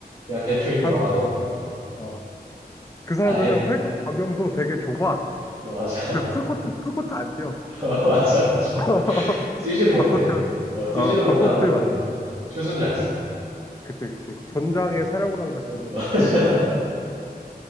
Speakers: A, on the right (about 30°); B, on the left (about 20°).
A: 그냥 대충 입고
B: 사람들이,
A: 나와서, 어,
B: 어, 그 사람들은
A: 아예,
B: 활동 반경도 되게 좁아.
A: 어, 맞아.
B: 그 풀코트
A: <laughs>
B: 풀코트 안 뛰어.
A: 어, 맞아, 맞아.
B: <laughs>
A: 뛰지는 못해.
B: 반코트
A: 어, 뛰지는
B: 어 반코트만.
A: 못하는데, 어, 슛은 잘 써.
B: 그치 그치. 전장의
A: 어,
B: 사령관 같은
A: 어,
B: 느낌.
A: <laughs> 맞아.